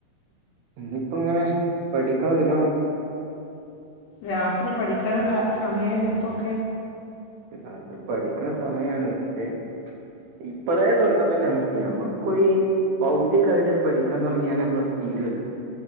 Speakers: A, on the right (about 75°); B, on the left (about 70°).
A: ഇന്നിപ്പം ങ്ങനെ പഠിക്കാ ഒരുങ്ങണം
B: രാത്രി പഠിക്കണ ട സമയം അല്ലെ ഇപ്പൊക്കെ
A: ക് രാത്രി പഠിക്കണ സമയാണ് ക്ഷേ ഇപ്പളേ തുടങ്ങണ്ടല്ലോ നമുക്ക് ഞമുക്ക് കുയിപകുതി കയിട് പഠിക്കാൻ തുടങ്ങിയാന്നെ നമ്മൾത് തീരോല്ലോ